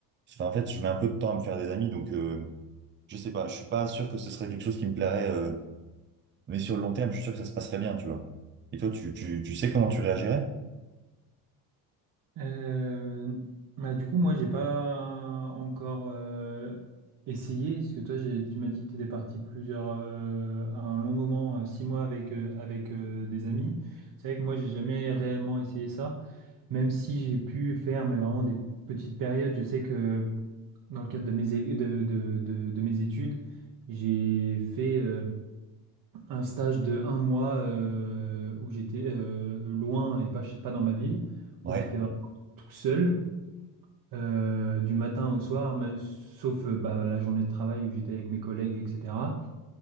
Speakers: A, on the right; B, on the right.
A: enfin, en fait, je mets un peu de temps à me faire des amis, donc. euh, je sais pas, je suis pas sûr que ce serait quelque chose qui me plairait, euh, mais sur le long terme, je suis sûr que ça se passerait bien, tu vois. Et toi, tu, tu, tu sais comment tu réagirais?
B: Euh, bah, du coup, moi, j'ai pas encore euh, essayé, parce que toi, j'ai- tu m'as dit que tu étais parti plusieurs, euh, un long moment, euh, six mois avec, euh, avec euh, des amis. C'est vrai que moi, j'ai jamais réellement essayé ça, même si j'ai pu faire, mais vraiment des petites périodes. Je sais que dans le cadre de mes, é- de, de, de, de mes études, j'ai fait euh, un stage de un mois euh, où j'étais euh, loin et pas, chez- pas dans ma ville,
A: Ouais,
B: où j'étais vraiment tout seul euh, du matin au soir, mais- sauf euh, bah, la journée de travail où j'étais avec mes collègues, etc.